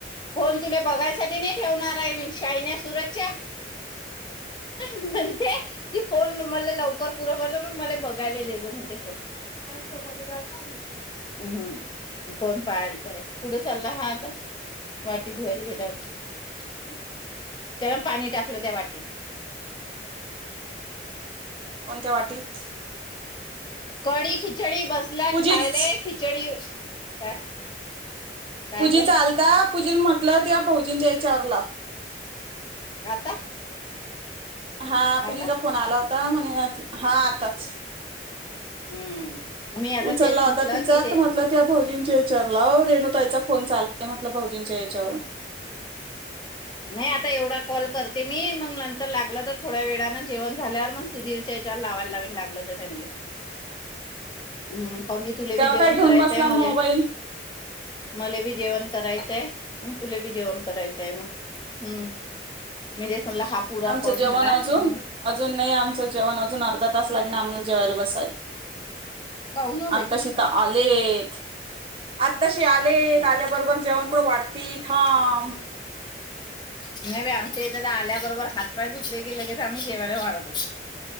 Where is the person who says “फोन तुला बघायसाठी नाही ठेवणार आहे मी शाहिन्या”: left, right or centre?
Left